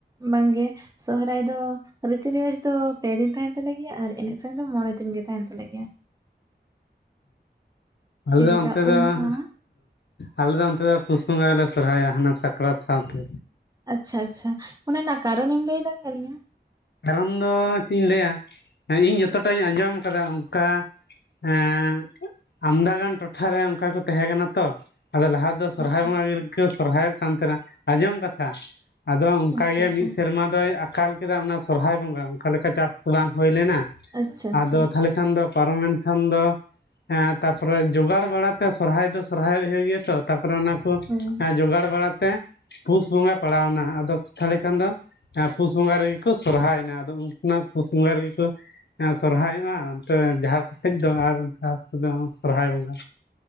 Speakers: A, on the right; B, on the left.
A: ᱵᱟᱝᱜᱮ ᱥᱚᱦᱨᱟᱭ ᱫᱚ ᱨᱤᱛᱤ ᱨᱮᱣᱟᱡᱽ ᱫᱚ ᱯᱮ ᱫᱤᱱ ᱛᱟᱦᱮᱱ ᱛᱟᱞᱮ ᱜᱮᱭᱟ, ᱟᱨ ᱮᱱᱮᱡ ᱥᱮᱨᱮᱧ ᱫᱚ ᱢᱚᱬᱮ ᱫᱤᱱ ᱜᱮ ᱛᱟᱦᱮᱱ ᱛᱟᱞᱮ ᱜᱮᱭᱟ᱾
B: ᱟᱞᱮ
A: ᱡᱮᱞᱮᱠᱟ
B: ᱫᱚ ᱚᱱᱛᱮ ᱫᱚ
A: ᱩᱢ
B: ᱦᱩᱸ
A: ᱢᱟᱦᱟ
B: ᱟᱞᱮ ᱫᱚ ᱚᱱᱛᱮ ᱫᱚ ᱯᱩᱥ ᱵᱚᱸᱜᱟ ᱜᱮᱞᱮ ᱥᱚᱨᱦᱟᱭᱚᱜᱼᱟ, ᱦᱟᱱᱟ ᱥᱟᱠᱨᱟᱛ ᱥᱟᱶᱛᱮ᱾
A: ᱟᱪᱪᱷᱟ ᱟᱪᱪᱷᱟ ᱚᱱᱟ ᱨᱮᱱᱟᱜ ᱠᱟᱨᱚᱱᱮᱢ ᱞᱟᱹᱭ ᱫᱟᱲᱮᱭᱟᱞᱤᱧᱟ?
B: ᱠᱟᱨᱚᱱ ᱫᱚ ᱪᱮᱫ ᱤᱧ ᱞᱟᱹᱭᱟ ᱤᱧ ᱡᱚᱛᱚᱴᱟᱧ ᱟᱸᱡᱚᱢ ᱠᱟᱫᱟ, ᱚᱝᱠᱟ? ᱮᱸ ᱟᱢᱫᱟᱜᱟᱱ ᱴᱚᱴᱷᱟᱨᱮ ᱚᱱᱠᱟ ᱠᱚ ᱛᱟᱦᱮᱸ ᱠᱟᱱᱟ ᱛᱚ, ᱟᱫᱚ ᱞᱟᱦᱟ ᱫᱚ ᱥᱚᱨᱦᱟᱭ
A: ᱟᱪᱪᱷᱟ
B: ᱵᱚᱸᱜᱟ ᱜᱮᱠᱚ ᱥᱚᱨᱦᱟᱭᱚᱜ ᱠᱟᱱ ᱛᱟᱦᱮᱱᱟ᱾ ᱟᱸᱡᱚᱢ ᱠᱟᱛᱷᱟ, ᱟᱫᱚ ᱚᱝᱠᱟ
A: ᱟᱪᱪᱷᱟ
B: ᱜᱮ ᱢᱤᱫ ᱥᱮᱨᱢᱟ ᱫᱚᱭ ᱟᱠᱟᱞ ᱠᱮᱫᱟ ᱚᱱᱟ ᱥᱚᱨᱦᱟᱭ ᱵᱚᱸᱜᱟ ᱚᱱᱠᱟ ᱞᱮᱠᱟ ᱪᱟᱥ ᱵᱟᱝ ᱦᱩᱭ ᱞᱮᱱᱟ᱾
A: ᱟᱪᱪᱷᱟ ᱟᱪᱪᱷᱟ
B: ᱟᱫᱚ ᱛᱟᱦᱚᱞᱮ ᱠᱷᱟᱱ ᱫᱚ ᱯᱟᱨᱚᱢᱮᱱ ᱠᱷᱟᱱ ᱫᱚ ᱦᱮᱸ ᱛᱟᱯᱚᱨᱮ ᱡᱚᱜᱟᱲ ᱵᱟᱲᱟᱛᱮ ᱥᱚᱨᱦᱟᱭ ᱫᱚ ᱥᱚᱨᱦᱟᱭ ᱦᱩᱭᱩᱜ ᱜᱮᱭᱟ ᱛᱚ ᱛᱟᱯᱚᱨᱮ ᱚᱱᱟ ᱠᱚ,
A: ᱦᱩᱸ
B: ᱡᱚᱜᱟᱲ ᱵᱟᱲᱟᱛᱮ ᱯᱩᱥ ᱵᱚᱸᱜᱟ ᱯᱟᱲᱟᱣᱱᱟ ᱟᱫᱚ ᱛᱟᱦᱚᱞᱮ ᱠᱷᱟᱱ ᱫᱚ ᱯᱩᱥ ᱵᱚᱸᱜᱟ ᱨᱮ ᱠᱚ ᱥᱚᱨᱦᱟᱭᱮᱱᱟ ᱟᱫᱚ ᱩᱱᱠᱩᱱᱟᱜ ᱯᱩᱥ ᱵᱚᱸᱜᱟ ᱨᱮᱜᱮ ᱠᱚ ᱥᱚᱨᱦᱟᱭᱚᱜᱼᱟ ᱥᱮ ᱡᱟᱦᱟᱸ ᱥᱮᱡ ᱫᱚ ᱟᱨ <unintelligible> ᱫᱚ ᱥᱚᱨᱦᱟᱭ ᱵᱚᱸᱜᱟ